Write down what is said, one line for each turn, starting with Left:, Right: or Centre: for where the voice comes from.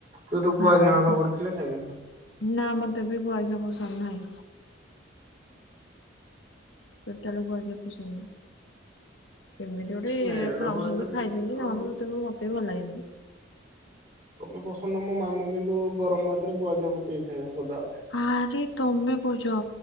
Right: ସେଇଠୁ ଗୁଆ
Left: ହଁ
Right: ଘିଅ ହେକା
Left: ସେ
Right: ପଡିଥିଲେ ଖାଇବିନି।
Left: ନା ମତେ ବି ଗୁଆ ଘିଆ ପସନ୍ଦ ନାହିଁ। ଟୋଟାଲ ଗୁଆଘିଅ ପସନ୍ଦ ନାହିଁ। କେମିତି ଗୋଟେ
Right: ସ୍ମେଲ
Left: ଖାଉଛନ୍ତି
Right: ହୁଏ ତ କେମିତି
Left: ଖାଇଦଉଛି
Right: ଆଉ।
Left: ନହେଲେ ମତେ ମତେ ବି ଭଲ ଲାଗେନି।
Right: ତମେ ପସନ୍ଦ ମୋ ମାମୁଁ କିନ୍ତୁ ଗରମ ଭାତରେ ଗୁଆଘିଅ ପକେଇକ ଖାଇବେ ସଦା
Left: ଆରେ ତମେ କଉଚ